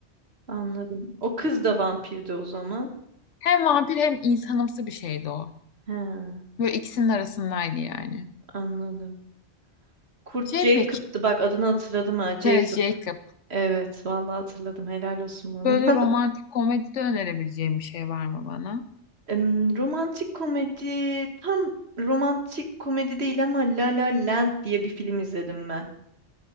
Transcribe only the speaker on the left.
Hem vampir hem insanımsı bir şeydi o.
Böyle ikisinin arasındaydı yani.
Şey
peki,
Tess Jacob.
Böyle romantik
komedide önerebileceğim bir şey var mı bana?